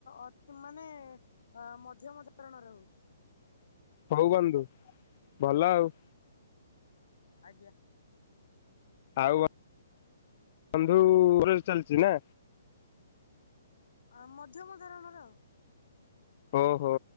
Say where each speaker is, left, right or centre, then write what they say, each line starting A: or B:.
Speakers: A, on the left; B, on the left.
A: ଅତି ମାନେ ଅ ମଧ୍ୟମ ଧରଣରେ ହଉଛି।
B: ହଉ ବନ୍ଧୁ ଭଲ ଆଉ।
A: ଆଜ୍ଞା।
B: ଆଉ ବନ୍ଧୁ ଓରାଲ ଚାଲିଛି ନା।
A: ଆ ମଧ୍ୟମ ଧରଣର ଆଉ।
B: ଓହୋ